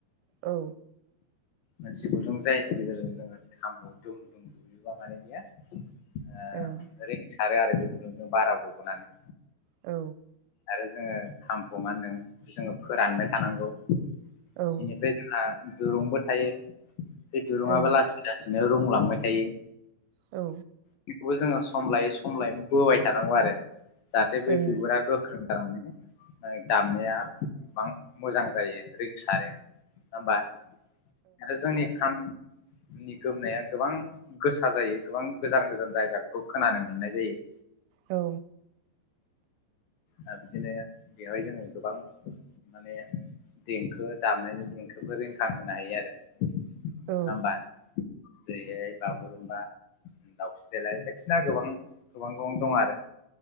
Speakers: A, on the right; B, on the left.
A: औ।
B: मोनसे गुदुं
A: ओं
B: जायनि गेजेरजों जोङो थामबु दुम दुम बुयोबा माने बेयो ओ
A: ओं।
B: रिंसारो आरो बे गुदुंजों बारा गबोनानै।
A: औ।
B: आरो जोङो खामखौ मा होनदों जोङो फोरानबाय थानांगौ।
A: औ ओं
B: बेनिफ्राय जोंहा दुरुंबो थायो। बे दुरुंङाबो
A: औ
B: लासै लासै बिदिनो रुंलांबाय थायो।
A: औ।
B: बेखौबो जोङो सम लायै सम लायै बोबाय थानांगौ आरो। जाहाथे
A: औ
B: बे बिगुरा गो - गोख्रों जानानै दामनाया गोबां मोजां जायो रिंसारो। होमबा आरो जोंनि खाम नि गोमनाया गोबां गोसा जायो गोबां गोजान गोजान जायगाखौ खोनानो मोननाय जायो।
A: औ।
B: दा बिदिनो बेवहाय जोङो गोबां माने देंखो दामनायनि देंखोफोर रिंखां होनो हायो आरो। नङा
A: ओं
B: होमबा। जैैरैहाय बागुरुमबा दाउस्रि देलाय बायदिसिना गोबां गोबां गोबां दं आरो।